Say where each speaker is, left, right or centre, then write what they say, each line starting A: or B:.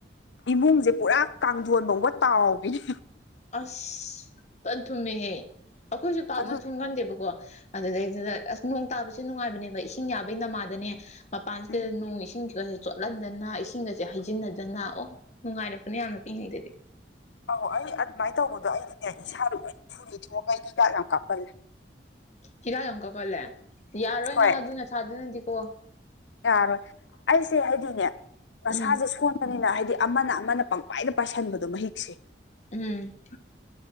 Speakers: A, on the left; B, on the left.
A: ꯏꯃꯨꯡꯁꯦ ꯄꯨꯔꯥ ꯀꯥꯡꯊꯣꯟ ꯐꯥꯎꯕ ꯇꯥꯎꯕꯤꯅꯤ
B: ꯑꯁ ꯐꯟ ꯊꯨꯝꯃꯦꯍꯦ ꯑꯩꯈꯣꯏꯁꯨ ꯄꯥꯛꯅ
A: ꯑꯗꯨ
B: ꯊꯨꯝꯒꯟꯗꯦꯕꯀꯣ ꯑꯗꯨꯗꯩꯗꯨꯗ ꯑꯁ ꯅꯣꯡ ꯇꯥꯕꯁꯦ ꯅꯨꯡꯉꯥꯏꯕꯅꯦꯕ ꯏꯁꯤꯡ ꯌꯥꯕꯩ ꯅꯃꯥꯗꯅꯦ ꯃꯄꯥꯟꯁꯤꯗ
A: ꯎꯝ
B: ꯅꯣꯡ ꯏꯁꯤꯡ ꯁꯤꯒꯁꯦ ꯆꯣꯠꯍꯟꯗꯅ ꯏꯁꯤꯡꯒꯁꯦ ꯍꯩꯖꯤꯟꯅꯗꯅ ꯑꯣ ꯅꯨꯡꯉꯥꯏꯔꯛꯄꯅꯤ ꯌꯥꯝꯅ ꯄꯤꯛꯏꯉꯩꯗꯗꯤ
A: ꯑꯧ ꯑꯩ ꯑꯗꯨꯃꯥꯏꯅ ꯇꯧꯕꯗꯣ ꯑꯩꯗꯤꯅꯦ ꯏꯁꯥꯗ ꯂꯣꯏ ꯐꯨꯔꯤ ꯊꯣꯛꯑꯒ ꯑꯩ ꯍꯤꯗꯥꯛ ꯌꯥꯝ ꯀꯥꯞꯄꯜꯂꯦ
B: ꯍꯤꯗꯥꯛ ꯌꯥꯝ ꯀꯛꯈꯠꯂꯦ ꯌꯥꯔꯣꯏ
A: ꯍꯣꯏ
B: ꯅꯪ ꯑꯗꯨ ꯅꯁꯥꯥꯗꯨꯅꯗꯤꯀꯣ
A: ꯌꯥꯔꯣꯏ ꯑꯩꯁꯦ ꯍꯥꯏꯗꯤꯅꯦ ꯃꯁꯥꯁꯦ
B: ꯎꯝ
A: ꯁꯣꯟ ꯕꯅꯤꯅ ꯍꯥꯏꯗꯤ ꯑꯃꯅ ꯑꯃꯅ ꯄꯪꯋꯥꯏꯗ ꯄꯥꯏꯥꯁꯟꯕꯗꯣ ꯃꯍꯤꯛꯁꯦ
B: ꯎꯝ